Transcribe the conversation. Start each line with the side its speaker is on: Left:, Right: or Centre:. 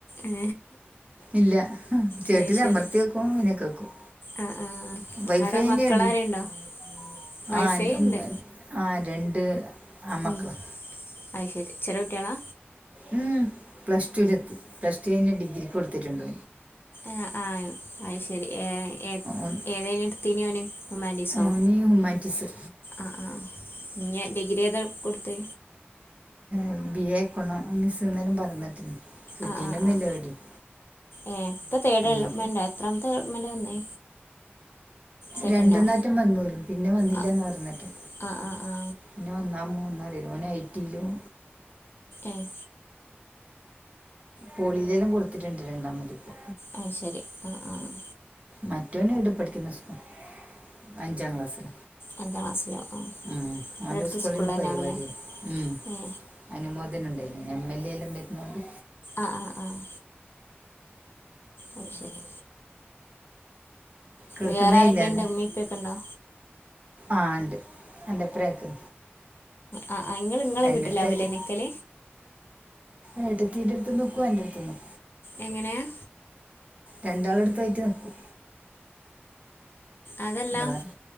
Left: ഏ
Right: ഇല്ല ചേട്ടിലമർത്തി
Left: അത് ശരി
Right: വെക്കുംമ്പം പിന്നെ കേക്കും
Left: ആ ആ
Right: വൈഫൈ
Left: അവിടെ
Right: തന്നെയാടി
Left: മക്കളാരുണ്ടോ വൈഫൈ
Right: ആഹ് എന്റെ
Left: ഉണ്ട്
Right: ഉമ്മ ആഹ് രണ്ട് ആൺ മക്കളാ
Left: ഉം അത് ശെരി ചെറിയ കുട്ടികളാ
Right: ഉം പ്ലസ്ടുവിലെത്തി പ്ലസ്ടു കഴിഞ്ഞു ഡിഗ്രിക്കു കൊടുത്തിട്ടുണ്ട്.
Left: ആഹ് ആഹ് അത് ശെരി ഏഹ്
Right: ഓന്
Left: ഏതേനു എടുത്തീന് അവന് ഹുമാന്റീസോ
Right: ഓന് ഹ്യൂമാനിറ്റീസ്
Left: ആഹ് ആഹ് ഇനി ഡിഗ്രി ഏതാ കൊടുത്തെ
Right: ഉം ബിഎ എക്കണോമിസ് എന്തേലും പറഞ്ഞിട്ടിന് കിട്ടീനൊന്നുമില്ല
Left: ആഹ് ആഹ്
Right: എവിടെയും
Left: ആഹ് ഇപ്പം തേർഡ്
Right: ഉം.
Left: അലോട്മെന്റ് ആ എത്രാമത്തെ അലോട്മെന്റാ വന്നേ. സെക്കൻഡോ
Right: രണ്ടു നേറ്റം വന്നോലും പിന്നെ വന്നില്ലാ
Left: ആ
Right: ഓരോന്നിട്ട് പറഞ്ഞിട്ട്
Left: ആ ആ ആ
Right: പിന്നെ ഒന്നാം മൂന്നാ അറിയനെ ഓന് ഐടിയിലും
Left: ഏഹ്
Right: പോളിയിലെല്ലാം കൊടുത്തിട്ടുണ്ട് രണ്ടാമത് ഇപ്പോ.
Left: അത് ശരി ആഹ് ആഹ് ആഹ്
Right: മറ്റോനും ഇവിടെ പഠിക്കുന്ന സ്കൂൾ അഞ്ചാം ക്ലാസ്സിൽ.
Left: അഞ്ചാം ക്ലാസ്സിലോ ആ
Right: ഉം ഓന്റെ
Left: അടുത്ത
Right: സ്കൂളിന്ന്
Left: സ്കൂളിൽ തന്നെയാവില്ലേ
Right: പരിപാടിയാ ഉം
Left: ഏ
Right: അനുമോദനം ഉണ്ട്‌ എം എൽ എ എല്ലാം വരുന്നോണ്ട്.
Left: ആഹ് ആഹ് ആഹ് അഥ് ശരി.
Right: കേക്കുന്നേ
Left: വേറെ ആരൊക്കെയുണ്ട്
Right: ഇല്ലാലെ
Left: ഉമ്മയും ഉപ്പയൊക്കെ ഉണ്ടോ
Right: ആഹ് ഇണ്ട്. എന്റെപ്രാക്ക്
Left: ആ ആ നിങ്ങൾ നിങ്ങളെ
Right: രണ്ടടുത്തായിട്ട്.
Left: വീട്ടിലാവില്ലേ നിൽക്കൽ
Right: ഏട്ടത്തിയുടെഅടുത്തും നിൽക്കും എന്റടുത്തും നിൽക്കും.
Left: എങ്ങനെയാ.
Right: രണ്ടാളും അടുത്തായിട്ടു നിൽക്കും.
Left: അതല്ലാ
Right: വേറെ